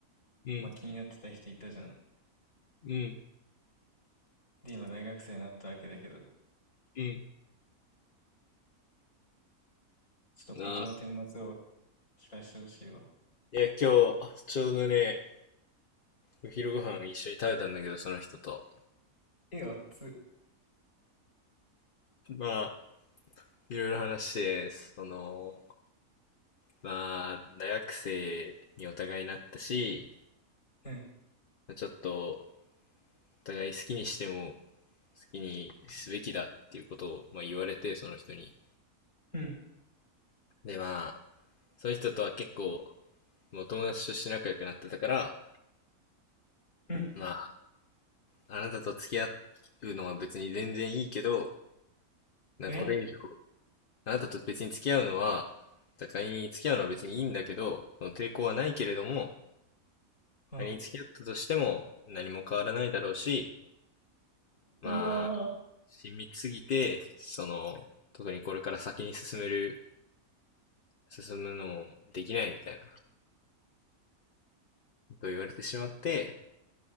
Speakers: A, on the left (about 55°); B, on the left (about 70°).
A: うん、
B: まあ、気になってた人いたじゃん。
A: うん、
B: で、今大学生になったわけだけど、ちょ
A: うん。
B: っと事の顛末を
A: なあ、
B: 聞かせてほしいわ。
A: いや、今日、ちょうどね、お昼ご飯一緒に食べたんだけど、その人と。
B: え、あっつ。
A: まあ、いろいろ話して、その、まあ、大学生にお互いなったし、
B: うん、
A: まあちょっと、お互い好きにしても、好きにすべきだっていうことを、まあ、言われて、その人に。
B: うん、
A: で、まあ、その人とは結構もう友達として仲良くなってたから、
B: うん。
A: まあ、あなたと付き合うのは別に全然いいけど、なんかこれ以上、
B: え
A: あなたと別に付き合うのは、だから仮に付き合うのは別にいいんだけど、その抵抗はないけれども、
B: うん。
A: 仮に付き合ったとしても何も変わらないだろうし、まあ、
B: うわ
A: 親密すぎて、その、特にこれから先に進める、進むのもできないみたいなことを言われてしまって、